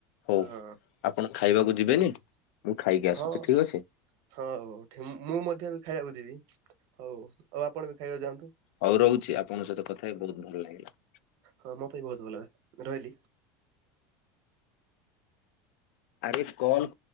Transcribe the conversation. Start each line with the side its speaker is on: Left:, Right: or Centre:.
Left: ହଉ
Right: ହଁ
Left: ଆପଣ ଖାଇବାକୁ ଯିବେନି ମୁଁ ଖାଇକି
Right: ହଁ
Left: ଆସୁଛି ଠିକ ଅଛି।
Right: ହଁ ହଉହଉ ଠି-ମୁଁ ମଧ୍ୟ ବି ଖାଇବାକୁ ଯିବି ହଉ ଆଉ ଆପଣ ବି ଖାଇବାକୁ ଯାଆନ୍ତୁ।
Left: ହଉ ରହୁଛି ଆପଣ ସହିତ କଥା ହେଇ ବହୁତ ଭଲ ଲାଗିଲା।
Right: ହଁ ମୋ ପାଇଁ ବହୁତ ଭଲ ରହିଲି।
Left: ଆରେ କଲ୍